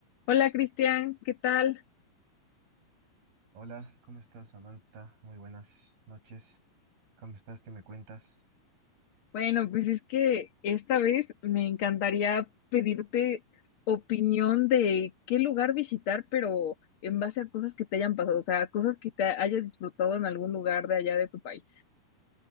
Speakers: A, on the left; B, on the right.
A: Hola Cristian, ¿qué tal?
B: Hola, ¿cómo estás, Samantha? Muy buenas noches. ¿Cómo estás? ¿Qué me cuentas?
A: Bueno, pues es que esta vez me encantaría pedirte opinión de qué lugar visitar, pero en base a cosas que te hayan pasado, o sea, cosas que te hayas disfrutado en algún lugar de allá de tu país.